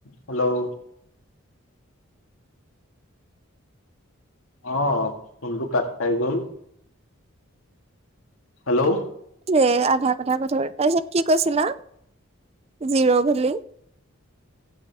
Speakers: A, on the left; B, on the right.
A: হেল্লও। অ, ফোনটো কাট খাই গ'ল। হেল্লও।
B: এ আধা কথা কোৱা পিছত তাৰ পিছত কি কৈছিলা? জিৰ' ভেলী?